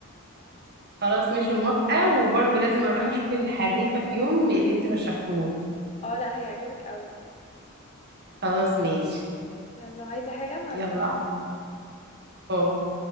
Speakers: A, on the right; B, on the left.
A: خلاص ماشي موافقه وبرضه لازم اروح اشوف الحريفه في يوم اللي انت رشحتهولي
B: اه لا هيعجبك قوي
A: خلاص ماشي
B: يلا عايزة حاجة مع
A: يلا
B: السلامة
A: باي